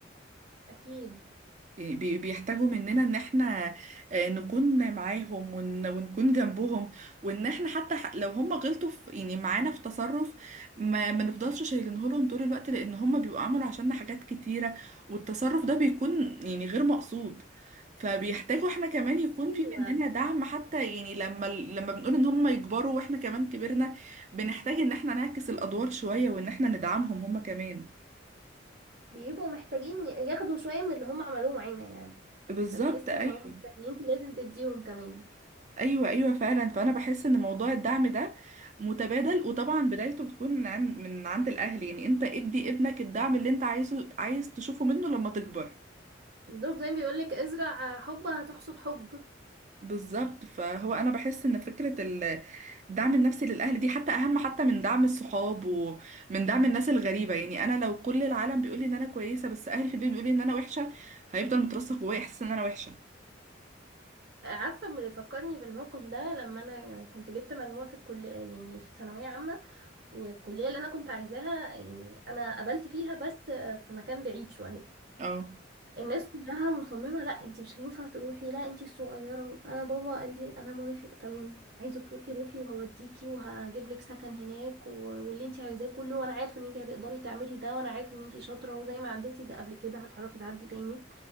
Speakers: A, on the right; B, on the right.
A: اكيد
B: إيه، بي- بيحتاجوا مننا ان احنا آه، نكون معاهم ون- ونكون جنبهم وان احنا حتى ح- لو هم غلطوا في يعني معانا في تصرف ما, ما نفضلش شايلينه لهم طول الوقت لان هم بيبقوا عملوا عشاننا حاجات كتيرة والتصرف ده بيكون يعني غير مقصود فبيحتاجوا احنا كمان يكون
A: ايوه
B: في مننا دعم حتى يعني لما ال- لما بنقول ان هم يكبروا واحنا كمان كبرنا بنحتاج ان احنا نعكس الادوار شوية وان احنا ندعمهم هم كمان
A: بيبقوا محتاجين ياخدوا شوية من اللي هم عملوه معانا يعني
B: بالظبط
A: فتحسي
B: ايوه
A: ان هم محتاجين انت لازم تديهم كمان
B: ايوه ايوه فعلا فانا بحس ان موضوع الدعم ده متبادل وطبعا بدايته بتكون من عند من عند الاهل يعني انت ادي ابنك الدعم اللي انت عايزه عايز تشوفه منه لما تكبر
A: بالظبط زي ما بيقولك ازرع حب هتحصد حب
B: بالظبط فهو انا بحس ان فكره ال- الدعم النفسي للاهل دي حتى اهم حتى من دعم الصحاب ومن دعم الناس الغريبه يعني انا لو كل العالم بيقول لي ان انا كويسه بس اهلي في البيت بيقولوا لي ان انا وحشه هيفضل مترسخ جوايا احساس ان انا وحشه
A: عارفة اللي فكرني بالموقف ده لما أنا كنت جبت مجموعة في الكلية يعني في ثانوية عامة والكلية اللي أنا كنت عايزاها يعني أنا قبلت فيها بس في مكان بعيد شوية
B: اه
A: الناس كلها مصممة لا انتي مش هينفع تروحي لا انتي الصغيرة انا بابا قال لي انا موافق تمام عايزة تروحي روحي وهوديكي وهجيب لك سكن هناك و- واللي انتي عايزاه كله وانا عارف ان انتي هتقدري تعملي ده وانا عارف ان انتي شاطرة وزي ما عديتي ده قبل كده هتعرفي تعدي تاني